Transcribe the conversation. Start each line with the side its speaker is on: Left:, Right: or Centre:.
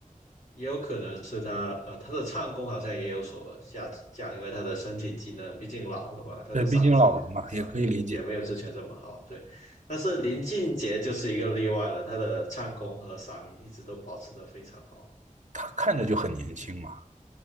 Left: 也有可能是他呃他的唱功好像也有所下降，因为他的身体机能毕竟老了嘛，他的嗓子嗓音也没有之前这么好。
Right: 对，毕竟老了嘛，也可以理解。
Left: 对，但是林俊杰就是一个例外了，他的唱功和嗓音一直都保持的非常好。
Right: 他看着就很年轻嘛。